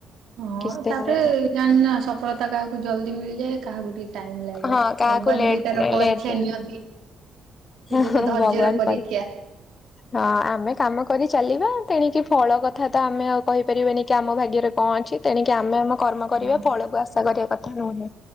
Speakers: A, on the right; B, on the left.
A: ହଁ
B: କିଛି
A: ତାପରେ
B: ଦିନ
A: ଜାଣିନା ସଫଳତା କାହାକୁ ଜଲଦି ମିଳିଯାଏ କାହାକୁ ଟିକେ ଟାଇମ୍ ଲାଗେ
B: ହଁ କାହାକୁ
A: ଭଗବାନ୍
B: ଲେଟ
A: ବି ତାର ପରୀକ୍ଷା
B: ଲେଟ
A: ନିଅନ୍ତି। ସେ
B: ଭଗବାନ
A: ଯକୁ ଧୈର୍ଯ୍ୟର ପରୀକ୍ଷା।
B: କରି ହଁ ଆମେ କାମ କରି ଚାଲିବା ତେଣିକି ଫଳ କଥା ତ ଆମେ ଆଉ କହିପାରିବାନି କି ଆମ ଭାଗ୍ୟରେ କଣ ଅଛି ତେଣିକି ଆମେ ଆମ କର୍ମ କରିବା
A: ହଁ
B: ଫଳକୁ ଆଶା କରିବା କଥା ନୁହେଁ